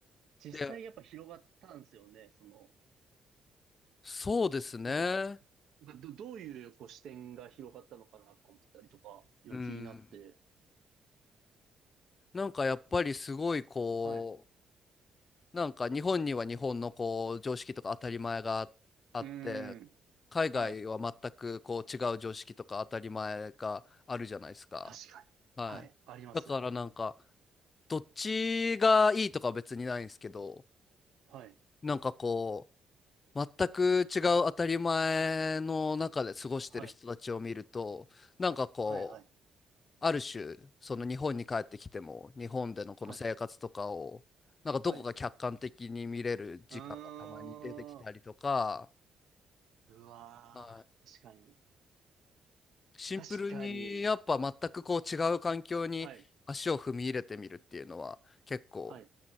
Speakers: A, on the right; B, on the left.
A: 実際やっぱ広がったんですよね。
B: で
A: その、
B: そうですね
A: なんかがど、どういうこう視点が広がったのかなとか思ったりとか、今気になって。
B: うんなんかやっぱりすごいこう
A: はい。う
B: なんか日本には日本のこう常識とか当たり前があって
A: ーん。
B: 海外は全くこう違う常識とか当たり前があるじゃないですか。
A: はい。確かに。
B: はい。
A: はい。あります。
B: だからなんかどっちがいいとかは別にないんですけど
A: はい。
B: なんかこう全く違う当たり前の中で過ごしてる人たちを見るとなんかこ
A: はい。はい。はい。
B: ある種その日本に帰ってきても日本でのこの生活とかをなんかどこか客観的に見れる時間がたまに出てきたりとか、
A: はい。はい。うーん。うわー。
B: はい、
A: 確かに。
B: シンプルにやっぱ全くこう違う環境に足を踏み入れてみるっていうのは結構
A: 確かに。はい。はい。